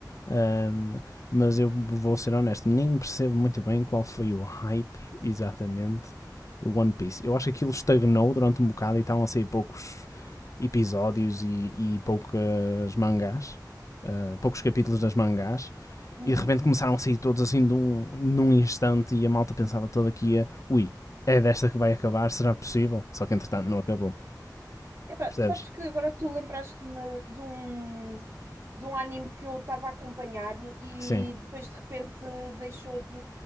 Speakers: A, on the left; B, on the right.
A: Ahm, mas eu vou ser honesto, nem percebo muito bem qual foi o hype exatamente do One Piece. Eu acho que aquilo estagnou durante um bocado e estavam a sair poucos episódios e, e poucas mangás. ah, poucos capítulos das mangás
B: Uhum.
A: e de repente começaram a sair todos assim de um- num instante e a malta pensava toda que ia ui, é desta que vai acabar, será possível? Só que entretanto não acabou.
B: Epá,
A: Percebes?
B: sabes que agora tu lembraste-me de um, de um anime que eu estava a acompanhar e
A: Sim.
B: depois de repente deixou de.